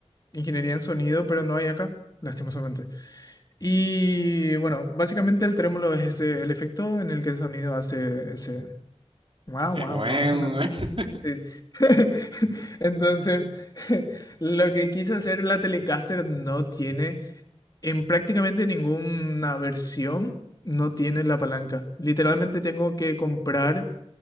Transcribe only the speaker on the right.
eh,
bueno,
<laughs>